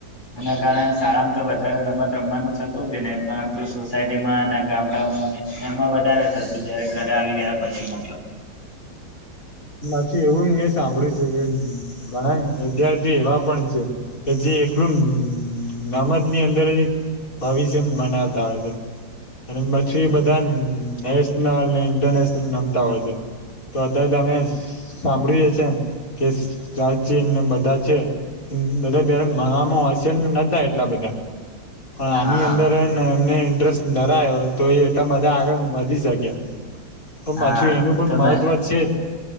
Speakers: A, on the left (about 25°); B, on the left (about 45°).
A: એના કારણે શાળામાં તો વધારે રમત રમવાનું થતું જ નહી પરંતુ સોસાયટીમાં અને ગામડામાં- - એમાં વધારે થતું જયારે ઘરે આવી ગયા પછી મતલબ- -
B: પછી એવું મે સાંભળ્યું છે કે ઘણા વિદ્યાર્થી એવા પણ છે- - કે જે એકલું ગમત ની અંદર- - ભવિષ્યમ મનાવતા હોય છે. અને પછી એ બધા નેશનલ ને ઇન્ટરનેશનલ રમતા હોય છે. તો અધ્યારે અમે સાંભળ્યું હ છે કેચી બધા છે. બધા પ્યારે ભણવામાં હશે ને નતા એટલા બધા. પણ આની
A: હા
B: અંદર એમને- - ઇન્ટરેસ્ટ નરા તો એ એટલા બધા આગળ વધી શકે્યા- - તો
A: હા
B: માછું એનું પણ
A: તમે
B: મહત્વ છે જ- -